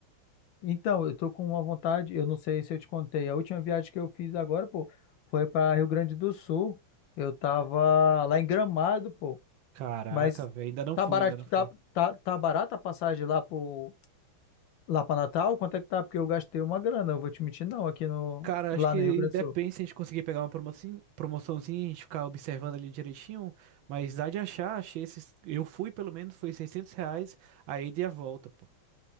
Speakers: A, on the left (about 70°); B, on the right (about 70°).
A: Então, eu tô com uma vontade, eu não sei se eu te contei, a última viagem que eu fiz agora, pô, foi para Rio Grande do Sul. Eu tava lá em Gramado, pô,
B: Caraca,
A: mas
B: velho, ainda não
A: tá
B: fui,
A: barato,
B: ainda não fui.
A: tá, tá, tá barata a passagem lá pro, lá para Natal? Quanto é que tá? Porque eu gastei uma grana, eu vou te mentir, não, aqui no,
B: Cara,
A: lá
B: acho que
A: no Rio Grande
B: depende
A: do Sul.
B: se a gente conseguir pegar uma promoção, promoçãozinha, a gente ficar observando ali direitinho, mas dá de achar, achei esses, eu fui pelo menos, foi 600 reais a ida e a volta, pô.